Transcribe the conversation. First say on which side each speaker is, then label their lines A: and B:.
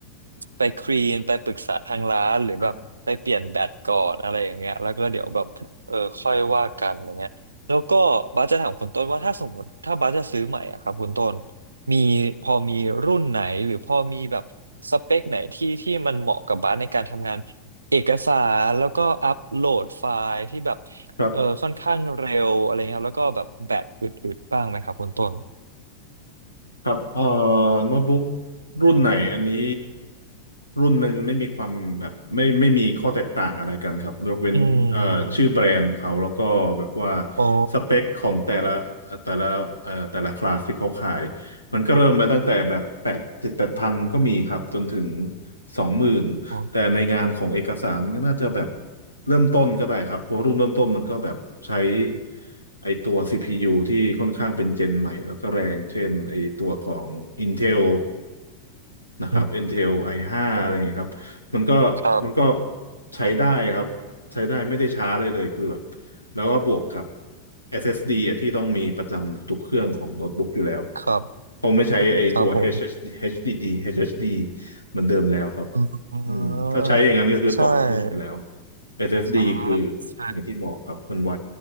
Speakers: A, on the right; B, on the left.
A: ไปคลีนไปปรึกษาทางร้านหรือแบบไปเปลี่ยนแบตก่อนอะไรอย่างเงี้ยแล้วก็เดี๋ยวแบบเออค่อยว่ากันอะไรเงี้ยแล้วก็บัสจะถามคุณต้นว่าถ้าสมมติถ้าบัสจะซื้อใหม่อะครับคุณต้น
B: ค
A: มีพอมีรุ่นไหนหรือพอมีแบบสเปคไหนที่ที่มันเหมาะกับบัสในการทำงานเอกสารแล้วก็อัปโหลดไฟล์ที่แบบ
B: รับ
A: เออค่อนข้างเร็วอะไรเงี้ยครับแล้วก็แบบแบตอึดๆบ้างไหมครับคุณต้น
B: ครับเอ่อโน้ตบุ๊กรุ่นไหนอันนี้รุ่นมันไม่มีความแบบไม่ไม่มีข้อแตกต่างอะไรกันครับยกเว้นเอ่อชื่อแบรนด์เขาแล้วก็แบบว่า
A: อืมอ๋อ
B: สเปคของแต่ละเอ่อแต่ละเอ่อแต่ละคลาสที่เขาขายมันก็เริ่มมาตั้งแต่แบบแปดเจ็ดแปดพันก็มีครับจนถึงสองหมื่น
A: ออ
B: แต่ในงานของเอกสารมันก็น่าจะแบบเริ่มต้นก็ได้ครับเพราะรุ่นเริ่มต้นมันก็แบบใช้ไอตัว CPU ที่ค่อนข้างเป็นเจนใหม่แล้วก็แรงเช่นไอตัวของ Intel นะครับ
A: อืม
B: Intel i5 อห้าอะไรอย่างเงี้ยครับมันก็
A: ครับ
B: มันก็ใช้ได้ครับใช้ได้ไม่ได้ช้าเลยเลยคือแบบแล้วก็บวกกับ SSD อสเอสดีอ่ะที่ต้องมีประจำทุกเครื่องของโน้ตบุ๊กอยู่แล้ว
A: ครับ
B: เขาไม่ใช้ไอตัว
A: ครับผม
B: HHD HDD HHD เอชดีเอชดีดีเอชเอชดีเหมือนเดิมแล้วครับ
A: อ่า
B: อืมถ้าใช้อย่างนั้นก็คือตกรุ่นไปแล้ว
A: ใช่
B: SSD
A: อ่าโอเค
B: คืออย่างที่บอกครับมันไว